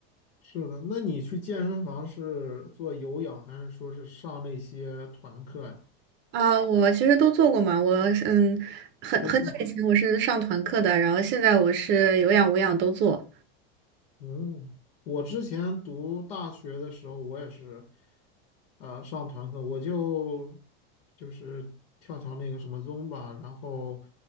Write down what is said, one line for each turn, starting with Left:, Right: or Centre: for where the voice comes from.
Left: 是的。那你去健身房是做有氧，还是说是上那些团课呀？
Right: 啊，我其实都做过嘛，我嗯，很很久以前我是上团课的，
Left: 都做。
Right: 然后现在我是有氧无氧都做。
Left: 哦，我之前读大学的时候，我也是啊、呃上团课，我就就是跳跳那个什么 z o m b a 然后